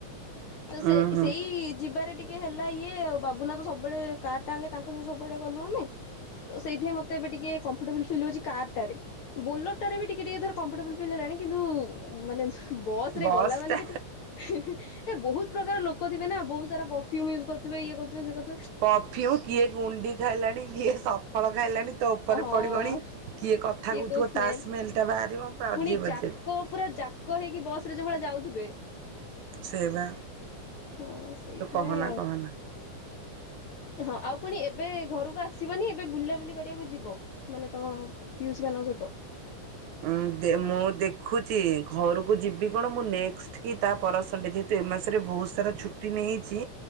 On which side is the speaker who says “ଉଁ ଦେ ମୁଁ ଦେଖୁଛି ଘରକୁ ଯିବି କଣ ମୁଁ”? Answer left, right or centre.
Right